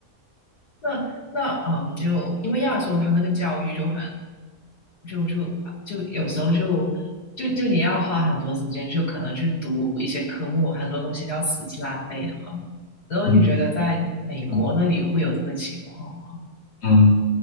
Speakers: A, on the left; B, on the left.
A: 那那嗯，就因为亚洲它那个教育就很就就就有时候就就就你要花很多时间，就可能去读一些科目，很多东西要死记烂背的嘛。然后你觉得在美国那里会有这个情况吗？
B: 嗯嗯嗯。嗯